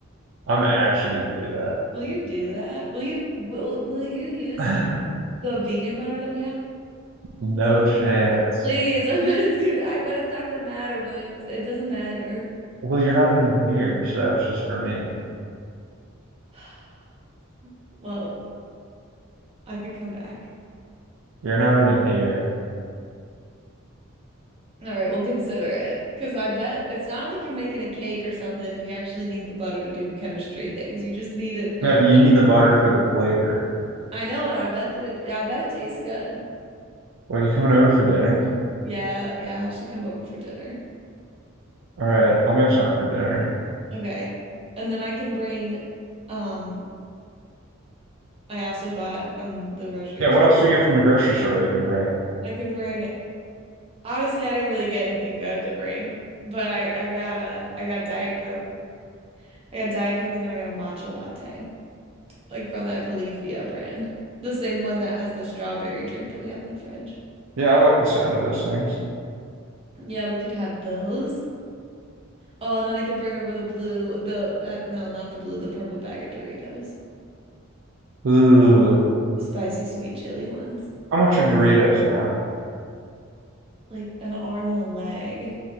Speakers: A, on the right (about 65°); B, on the right (about 30°).
A: I'm actually gonna do
B: Will you do that? Will you will will you use
A: that.
B: the,
A: <laughs>
B: the vegan butter that we have?
A: No chance.
B: Please, <laughs> I bet it's gonna, I bet it's not gonna matter, William. It's, it doesn't matter.
A: Well, you're not even here, so it's just for me.
B: <sighs> Well, I could come back.
A: You're not even here.
B: All right, we'll consider it. Because I bet it's not like you're making a cake or something and you actually need the butter to do chemistry things. You just need it for
A: Yeah,
B: the,
A: but you need the butter for the flavor.
B: I know, and I bet that it, I bet it tastes good.
A: Well, you coming over for dinner?
B: Yeah, yeah, I should come over for dinner.
A: All right, I'll make something for dinner.
B: Okay. And then I can bring, um, I also got from the grocery,
A: Yeah,
B: too.
A: what else do you get from the grocery store that you can bring?
B: I can bring Honestly, I didn't really get anything good to bring, but I I got a I got Diet Coke. I got Diet Coke and then I got a matcha latte, like from that Califia brand. The same one that has the strawberry drink that we have in the fridge.
A: Yeah, I like the sound of those things.
B: Yeah, we could have those. Oh, and then I can bring over the blue, the uh, no, not the blue, the purple bag of Doritos.
A: Ooh,
B: The spicy sweet chili ones.
A: how much are Doritos now?
B: Like an arm and a leg.